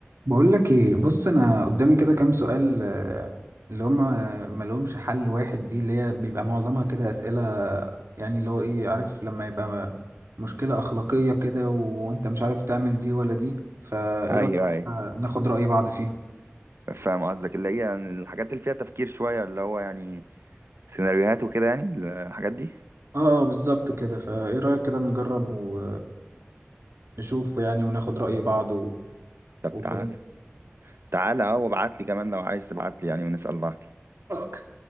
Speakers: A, on the right (about 80°); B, on the right (about 65°).
A: بقول لك ايه بص انا قدامي كده كام سؤال آه، اللي هم ما لهمش حل واحد دي اللي هي بيبقى معظمها كده اسئله يعني اللي هو ايه عارف لما يبقى مشكله اخلاقيه كده وانت مش عارف تعمل دي ولا دي فايه
B: ايوه
A: رايك
B: ايوه
A: آه، ناخد راي بعض فيهم
B: فاهم قصدك اللي هي يعني الحاجات اللي فيها تفكير شويه اللي هو يعني سيناريوهات وكده يعني الحاجات دي
A: اه آه، بالظبط كده فايه رايك كده نجرب و... ونشوف يعني وناخد راي بعض و...
B: طب
A: وكده
B: تعال تعال اه وابعت لي كمان لو عايز تبعت لي يعني ونسال بعض
A: تاسك